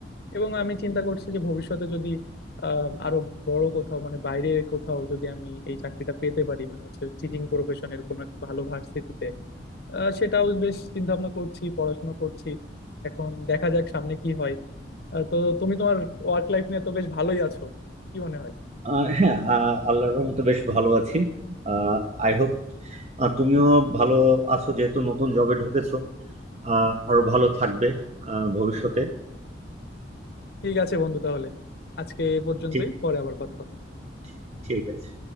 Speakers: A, on the left; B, on the right.
A: এবং আমি চিন্তা করছি যে ভবিষ্যতে যদি আম, আরো বড় কোথাও মানে বাইরে কোথাও যদি আমি এই চাকরিটা পেতে পারি মানে হচ্ছে টিচিং প্রফেশনের কোনো একটা ভালো ভার্সিটিতে আহ, সেটাও বেশ চিন্তা ভাবনা করছি পড়াশোনা করছি এখন দেখা যাক সামনে কি হয় আহ, তো তুমি তোমার ওয়ার্ক লাইফ নিয়ে তো বেশ ভালোই আছো কি মনে হয়
B: আহ, হ্যাঁ আহ, আল্লাহর রহমতে বেশ ভালো আছি আই হোপ তুমিও ভালো আছো যেহেতু নতুন জবে ঢুকেছো আহ আরো ভালো থাকবে আহ ভবিষ্যতে
A: ঠিক আছে বন্ধু তাহলে আজকে এ পর্যন্তই
B: ঠিক
A: পরে আবার কথা হবে
B: ঠিক ঠিক আছে